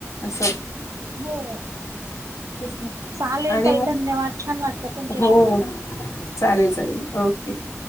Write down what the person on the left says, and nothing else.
अस
तेच ना
आणि
मग
हो
चालेल चालेल ओके